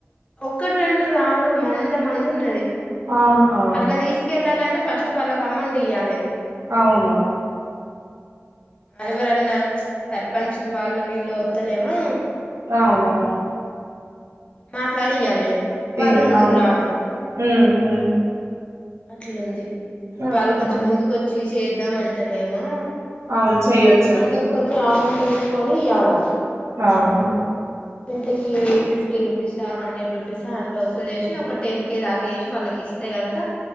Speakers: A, on the left; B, on the right.
A: ఒక్కటి రెండు కాదు, మంద మందున్నది
B: ఆహా
A: అట్ల తీసుకెళ్ళాలంటే ఫస్ట్ వాళ్ళకు అమౌంట్ ఇయ్యాలే.
B: అవునా
A: ఎవరన్నా ప్చ్ సర్పంచులు వాళ్ళు వీళ్ళు వత్తేనేమో
B: అవునవును
A: మాట్లాడియ్యాలె
B: తీయన్
A: వాళ్ళు ముందుకు
B: అవును
A: రారు
B: ఉహు
A: అట్లుంది
B: ఆహా
A: వాళ్ళు కొంచెం ముందుకు వచ్చి చేద్దాం అంటనేమో
B: అవును చెయ్యొచ్చండి
A: అందరు కొంచెం అమౌంట్ ఏసుకొని ఇయ్యాల
B: ఆవును
A: ఇంటికి ఫిఫ్ ఫిఫ్టీ రూపీసా హండ్రెడ్ రూపీసా అట్ల వసూలు చేసి ఒక టెన్ కే దాకా చేసి వాళ్ళకి ఇస్తే గనక,